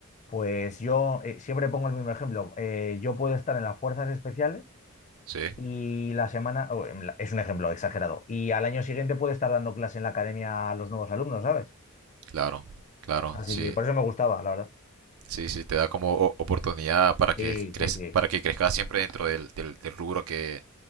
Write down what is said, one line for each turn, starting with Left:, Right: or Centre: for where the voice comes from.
Left: pues yo eh, siempre pongo el mismo ejemplo. Eh, yo puedo estar en las fuerzas especiales
Right: sí,
Left: y la semana, o en la- es un ejemplo exagerado, y al año siguiente puede estar dando clase en la academia a los nuevos alumnos, ¿sabes?
Right: claro, claro,
Left: Así
Right: sí.
Left: que por eso me gustaba, la verdad.
Right: Sí, sí, te da como o- oportunidad para que
Left: Sí,
Right: crez-
Left: sí, sí,
Right: para que crezcas siempre dentro del, del, del rubro que